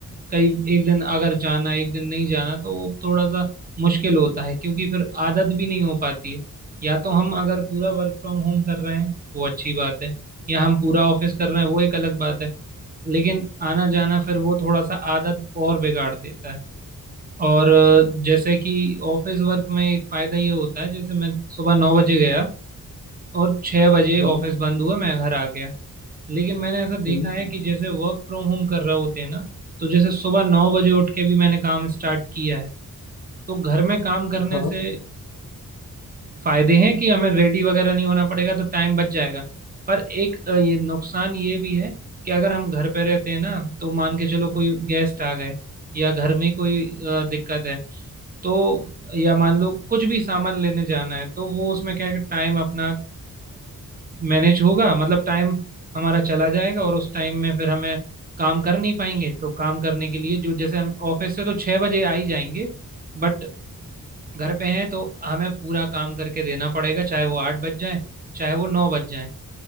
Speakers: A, on the right; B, on the left.
A: कई एक दिन अगर जाना एक दिन नहीं जाना तो वो थोड़ा सा मुश्किल होता है क्योंकि फिर आदत भी नहीं हो पाती है या तो हम अगर पूरा वर्क फ्रॉम होम कर रहे हैं वो अच्छी बात है या हम पूरा ऑफिस कर रहे हैं वो एक अलग बात है लेकिन आना जाना फिर वो थोड़ा सा आदत और बिगाड़ देता है और जैसे कि ऑफिस वर्क में एक फायदा ये होता है जैसे मैं सुबह नौ बजे गया और छः बजे
B: हम्म
A: ऑफिस बंद हुआ मैं घर आ गया लेकिन मैंने ऐसा
B: हम्म,
A: देखा है कि जैसे वर्क फ्रॉम होम कर रहे होते हैं ना तो जैसे सुबह नौ बजे उठ के भी मैंने काम स्टार्ट किया है तो घर में काम करने
B: हाँ
A: से फायदे हैं कि हमें रेडी वगैरह नहीं होना पड़ेगा तो टाइम बच जाएगा पर एक अ, ये नुकसान ये भी है कि अगर हम घर पे रहते हैं ना तो मान के चलो कोई गेस्ट आ गए या घर में ही कोई अ, दिक्कत है तो या मान लो कुछ भी सामान लेने जाना है तो वो उसमें क्या है कि टाइम अपना मैनेज होगा मतलब टाइम हमारा चला जाएगा और उस टाइम में फिर हमें काम कर नहीं पाएंगे तो काम करने के लिए जो जैसे हम ऑफिस से तो छह बजे आ ही जाएंगे बट घर पे हैं तो हमें पूरा काम करके देना पड़ेगा चाहे वो आठ बज जाए चाहे वो नौ बज जाए